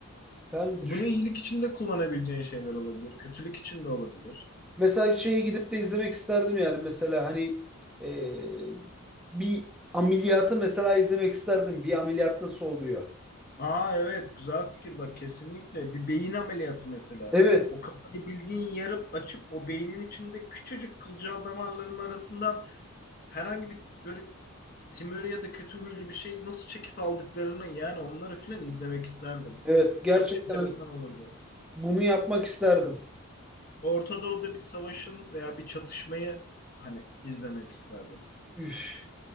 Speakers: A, in the centre; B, on the left.
A: Yani
B: E
A: düş
B: Bunu iyilik için de kullanabileceğin şeyler olabilir. Kötülük için de olabilir.
A: mesela şeyi gidip de izlemek isterdim yani mesela hani e, bir ameliyatı mesela izlemek isterdim. Bir ameliyat nasıl oluyor?
B: Aa evet güzel fikir bak kesinlikle bir beyin ameliyatı mesela.
A: Evet,
B: O kafayı bildiğin yarıp açıp o beynin içinde küçücük kılcal damarların arasından herhangi bir böyle tümörü ya da kötü huylu bir şey nasıl çekip aldıklarını yani onları filan izlemek isterdim.
A: evet gerçekten
B: Çok enteresan
A: hani
B: olurdu.
A: bunu yapmak isterdim.
B: Orta Doğu'da bir savaşın veya bir çatışmayı hani izlemek isterdim.
A: Üf.